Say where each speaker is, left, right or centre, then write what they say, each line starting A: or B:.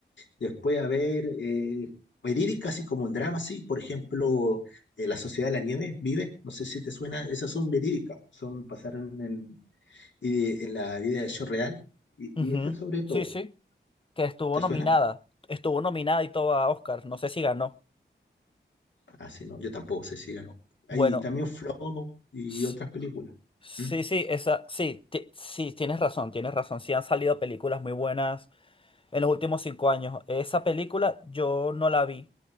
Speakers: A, on the left; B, on the left.
A: Después, a ver, eh, verídica, así como un drama, sí, por ejemplo, eh, La Sociedad de la Nieve, Vive, no sé si te suena, esas son verídicas, son, pasaron en, y- en la vida de hecho real, y,
B: Ujú.
A: y esas sobre todo,
B: Sí, sí, que estuvo
A: ¿te
B: nominada.
A: suena?
B: Estuvo nominada y todo a Oscar. No sé si ganó.
A: Así no, yo tampoco sé si ganó. Hay
B: Bueno,
A: también Flow y
B: s-
A: otras películas.
B: sí,
A: ¿Mm?
B: sí, esa, sí, ti- sí, tienes razón, tienes razón. Sí han salido películas muy buenas en los últimos cinco años. Esa película yo no la vi,